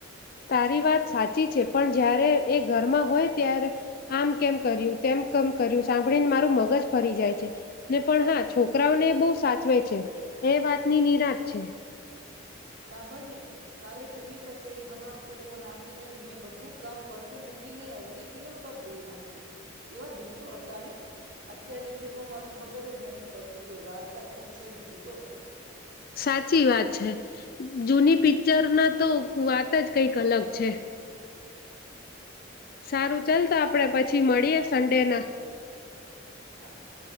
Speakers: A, on the left; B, on the right.
A: તારી વાત સાચી છે પણ જ્યારે એ ઘરમાં હોય ત્યારે આમ કેમ કર્યું તેમ કેમ કર્યું સાંભળીને મારું મગજ ફરી જાય છે ને પણ હા છોકરાઓને એ બહુ સાચવે છે એ વાતની નિરાંત છે
B: સાંભળને કાલે ટીવી પર પેલી હમ આપ કે કોન આવતી હતી મેં બધું કામ પડતું મૂકીને અડધી ફિલમ પર જોઈ નાખી કેવા દિવસો હતા ને અત્યારની ફિલ્મોમાં તો ખબર જ નથી પડતી કે વાર્તા શું છે ને ગીત તો શું છે
A: સાચી વાત છે જૂની પિક્ચર ના તો વાત જ કઈક અલગ છે સારું
B: હા
A: ચાલતા આપડે પછી મળીએ સંન્ડે ના
B: હા હા